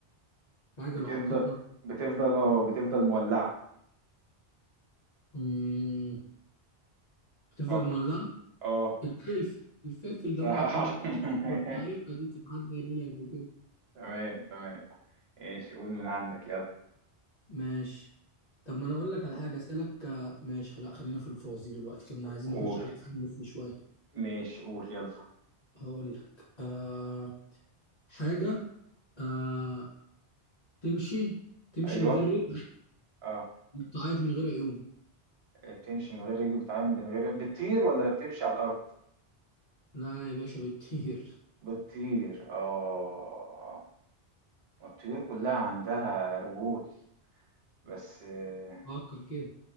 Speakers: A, on the left; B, on the right.
A: حاجة
B: بتفضل
A: لو حطيتها
B: بتفضل اه بتفضل مولعة
A: مم. بتفضل
B: فكر
A: مولعة
B: اه
A: الفلفل الفلفل ده
B: صح
A: م- كنا
B: <laughs>
A: كنت عارفها دي كانت حد قايلها لي قبل كده
B: تمام تمام ايش قول من عندك يلا
A: ماشي طب ما انا اقول لك على حاجه اسالك آه، ماشي لا خلينا في الفوازير دلوقتي كنا عايزين
B: قول
A: نخش على الاسئله في شويه
B: ماشي قول يلا
A: هقول لك آه حاجه آه تمشي تمشي
B: ايوه
A: من غير رجل
B: اه
A: وبتعيط من غير عيون
B: بتمشي من غير رجل بتعامل من غير بتطير ولا بتمشي على الارض
A: لا يا باشا بتطير
B: بتطير اه والطيور كلها عندها رجول بس آه،
A: فكر كده